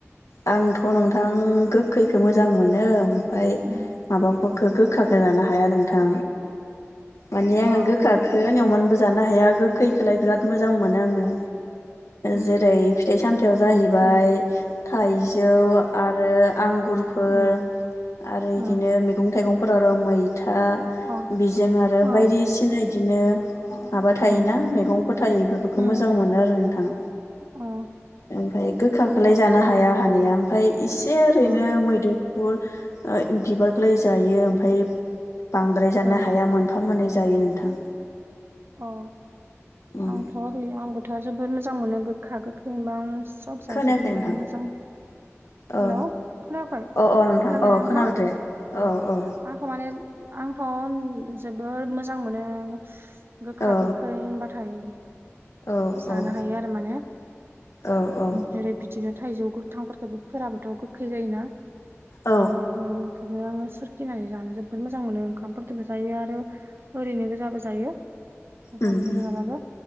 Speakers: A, on the left; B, on the right.
A: आंथ' नोंथां गोखैखो मोजां मोनो ओमफ्राय
B: उम
A: माबाफोरखौ गोखाखौ जानो हाया नोंथां माने आङो
B: अ
A: गोखा नावमानबो जानो हाया गोखैखौलाय बिराद मोजां मोनो आङो
B: उम
A: जेरै फिथाइ सामथाइयाव जाहैबाय
B: उम
A: थाइजौ आरो आंगुरफोर
B: उम
A: आरो इदिनो
B: उम
A: मैगं थाइगं फोर आरो मैथा
B: अ
A: बिजों आरो
B: अ
A: बायदिसिना बिदिनो माबा थायोना
B: उम
A: मैगंफोर थायो बेफोरखौ
B: उम
A: मोजां मोनो आरो नोंथां
B: अ
A: ओमफ्राय गोखाखौलाय
B: आंबो
A: जाना हाया हानाया ओमफाय एसे ओरैनो
B: अ
A: मैदुफुल बिबार फोरखौलाय जायो ओमफ्राय बांद्राय जानो
B: अ
A: हाया मोनफा मोननै जायो नोंथां
B: अ
A: उम
B: आंथ' ओरै आंबोथ' जोबोद मोजां मोनो गोखा गोखै होनबा सब जाजोबो
A: खोनायाखै नोंथां
B: माने मोजां हेल'
A: औ
B: खोनायाखै
A: अ अ नोंथां
B: खोनाबायना
A: औ
B: नोंथां
A: खोनाबाय दे औ औ
B: आंथ' माने आंथ' जोबोर मोजां मोनो गोखा
A: औ
B: गोखै होनबाथाय
A: औ
B: जानो
A: औ
B: हायो आरो माने
A: औ औ
B: जेरै बिदिनो थाइजौ गोथांफोरखौबो फोराबोथ' गोखै जायोना
A: औ
B: बेफोरफोरखौबो आङो सोर नानै जानो जोबोद मोजां मोनो ओंखामफोरबो जायो आरो ओरैनो गोजाबो जायो ओंखामदों
A: उम उम
B: नङाबाबो